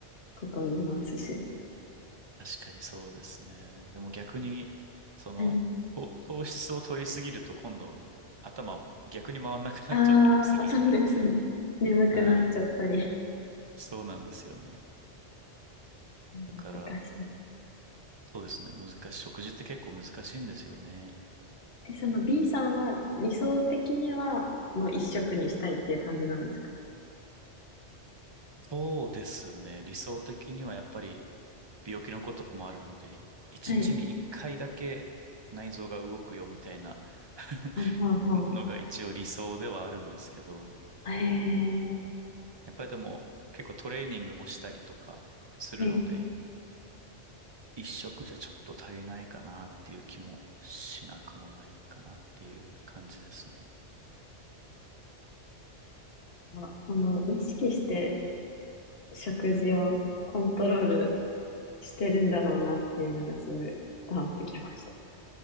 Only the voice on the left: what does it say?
ことを言いますし。
はい。
ああ、そうですね。眠くなっちゃったり。
難しい。
え、その B さんは理想的にはもう一色にしたいっていう感じなんですか
はい。
ほうほうほ
う。へえ、
ね、
なんかその意識して食事をコントロールしてるんだろうなっていうのがすごい伝わってきました。